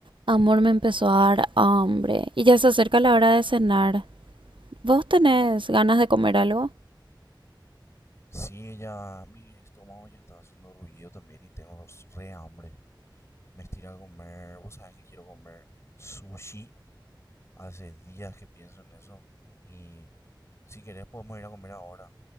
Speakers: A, on the right; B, on the left.
A: Amor, me empezó a dar hambre y ya se acerca la hora de cenar. ¿Vos tenés ganas de comer algo?
B: Sí, ya mi estómago ya está haciendo ruido también y tengo re hambre. Me estira a comer, vos sabés que quiero comer sushi. Hace días que pienso en eso. Y si querés podemos ir a comer ahora.